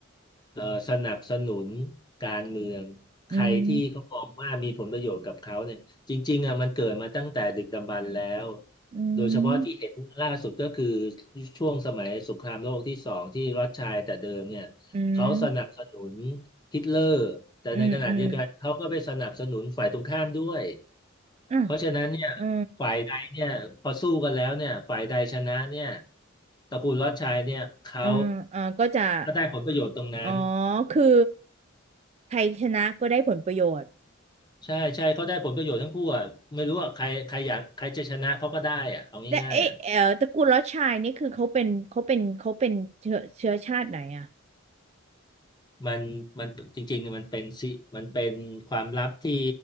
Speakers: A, on the left; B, on the right.
A: เอ่อสนับสนุนการเมืองใครที่เขามองว่ามีผลประโยชน์กับเขาเนี่ยจริงๆอ่ะมันเกิดมาตั้งแต่ดึกดำบรรพ์แล้ว
B: อืมอื
A: โดยเฉพาะที่เห็นล่าสุดก็คือ
B: ม
A: ช่วงสมัยสงครามโลกที่สองที่รัสชัยแต่เดิมเนี่ยเขาสนับสนุน
B: อืม
A: ฮิตเลอร์แต่ในขณะเดียวกันเขาก็ไปสนับสนุนฝ่ายตรงข้ามด้วย
B: อืมอืมอ่ะ
A: เพราะฉะนั้นเนี่ย
B: เออ
A: ฝ่ายใดเนี่ยพอสู้กันแล้วเนี่ยฝ่ายใดชนะเนี่ยตระกูลลอดชายเนี่ยเขา
B: เออเออก็จะ
A: ก็ได้ผลประโยชน์ตรงนั้น
B: อ๋อคือใครชนะก็ได้ผลประโยชน์
A: ใช่ใช่เขาได้ผลประโยชน์ทั้งคู่อ่ะไม่รู้อ่ะใครใครอยากใครจะชนะเขาก็ได้อ่ะเอาง่ายๆอ่ะ
B: แต่เอ๊ะเออตระกูลลอดชายนี่คือเขาเป็นเขาเป็นเขาเป็นเชื้อเชื้อชาติไหนอ่ะ
A: มันมันจริงๆมันเป็นสิมันเป็นความลับที่